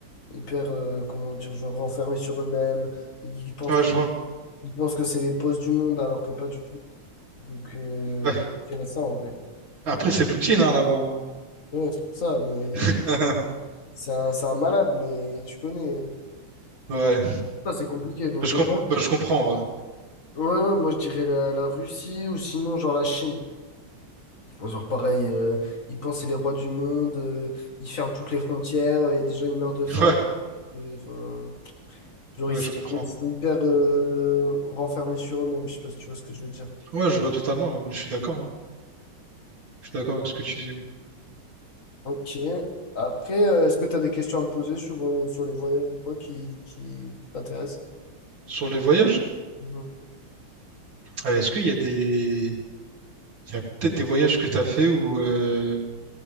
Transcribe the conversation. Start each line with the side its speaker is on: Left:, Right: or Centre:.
Left: hyper euh, comment dire, genre renfermés sur eux-mêmes. Ils pensent
Right: Ouais,
Left: que,
Right: je vois.
Left: ils pensent que c'est les boss du monde alors que pas du tout. Donc, euh,
Right: Ouais.
Left: je dirais ça en vrai.
Right: Après, c'est Poutine, hein, là-bas. hein.
Left: Ouais, c'est pour ça, mais
Right: <laughs>
Left: c'est un, c'est un malade, mais tu connais.
Right: Ouais.
Left: Ça, c'est compliqué. Donc,
Right: Je,
Left: euh,
Right: com-
Left: moi,
Right: bah, je comprends, ouais.
Left: ouais, ouais, moi, je dirais la, la Russie ou sinon, genre la Chine. Genre pareil, euh, ils pensent que c'est les rois du monde, euh, ils ferment toutes les frontières, euh, il y a des gens, ils meurent de faim.
Right: Ouais,
Left: euh, Enfin, Genre,
Right: ouais,
Left: ils sont,
Right: je comprends.
Left: ils sont hyper euh, renfermés sur eux-mêmes. Je sais pas si tu vois ce que je veux dire.
Right: Ouais, je vois totalement. ouais. Je suis d'accord. hein. Je suis d'accord avec ce que tu dis. ouais.
Left: Ok. Après, euh, est-ce que tu as des questions à me poser sur, euh, sur les voyages ou quoi qui, qui t'intéressent?
Right: Sur les voyages,
Left: Mhm.
Right: euh, est-ce qu'il y a des... Il y a peut-être des voyages que t'as fait ou euh,